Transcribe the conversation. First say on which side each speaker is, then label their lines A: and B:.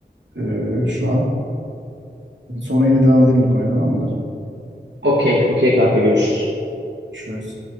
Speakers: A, on the right; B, on the right.
A: e, şu an. Sonra yine devam edelim bu konuya tamam mıdır?
B: Okey, okey kanka görüşürüz.
A: Görüşürüz.